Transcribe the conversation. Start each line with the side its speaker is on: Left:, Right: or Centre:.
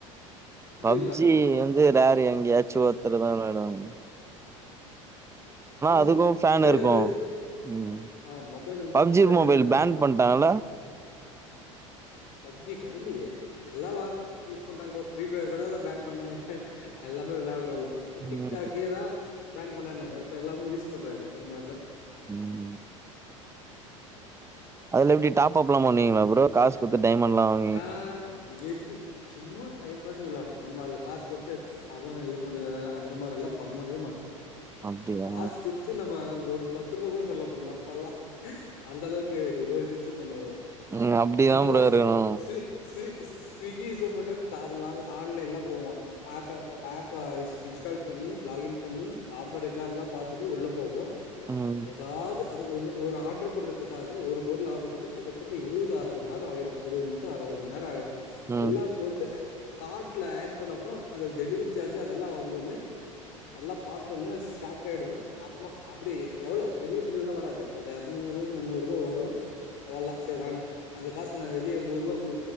Right: பப்ஜி
Left: விளாட்றோ அவ்ளோதா
Right: வந்து வேர எங்கயாச்சு ஒரத்துறுதான் விளையாடுவாங்க
Left: ஆமா
Right: அதுக்கு ஃபேன்
Left: மொபைல்
Right: இருக்கு
Left: வந்து
Right: ம்
Left: ஆ மொபைல் வந்து
Right: பப்ஜி
Left: கம்பட்டபிளா
Right: மொபைல்
Left: இருக்காது
Right: பேன் பண்ட்டாங்கல்ல
Left: பப்ஜி கைலேயே எல்லாம் யூஸ் பண்றாங்க ப்ரோ ஃப்ரீபயர் கூட பேன் பண்ணாங்க எல்லாமே விளையாடுறோல்ல இப்போ டிக்டாக்கேதான்
Right: ம்
Left: பேன் பண்ணனாங்க இப்ப எல்லாமே யூஸ் பண்றாங்கள அது மாரிதான்
Right: ம் ம் அதுல எப்டீ டாப்அப்லாம் பண்ணீவிங்ளா ப்ரோ காசு குத்து டைமண்ட்லாம் வா
Left: ஆ எது சும்மா டைம் பாஸ்க்கூ விளையாடுறோம் நம்ம அதுல காசு குடுத்து அவன இது பண்ண அது அது அந்த மாரிலாம் பண்ணவே மாட்டேன்
Right: அப்டியா
Left: காசு குடுத்து ஃபஸ்ட்டு நம்ம ஒரு பத்து ரூபாக் கூட செலவு பண்ண மாட்டேன் நால்லாம் அந்த அளவுக்கு யோசிச்சு பண்ணுவே எல்லாம்
Right: ம் அப்டிதா
Left: நால்லாம்
Right: ப்ரோ
Left: ஸ்வீ
Right: இருக்கணு
Left: து ஸ்வி ஸ்ஸ் ஸ்விகி ஜொமேட்டோ சாப்புலா அது ஆன்லைன்ல போவு ஆப்ப ஆப்ப இன்ஸ் இன்ஸ்டால் பண்ணி லாகின் பண்ணி ஆஃபர் இருக்கான்லா பாத்துட்டு உள்ள போகு
Right: ம்
Left: ஏதாது அது ஒன்னு ஒரு ஆர்டர் பண்றதுக்காக ஒரு பொருள் ஆர்டர் பண்றதுக் கிட்டத்தட்ட இருபது அரை மண் நேரோ ஆயிடு இருவது நிமிஷோ அர மண்நேரோ ஆயிடு
Right: ம்
Left: எல்லா போட்டு கார்ட்ல ஆட் பண்ணப்றோ அது டெலிவரி சார்ஜ் அதெல்லா வந்தோன்னே நல்லா பாத்தோன்னே ஷாக் காயிடுவோ அப்மோ அப்டி எவ்ளோ பெரிய பில்லுலா வராது ஒரு எர்நூறு முன்னூறு ரூபா வரு அவ்ளதா சேரி வேணா அந்த காசு நா வெளியே நூறு ரூபா கு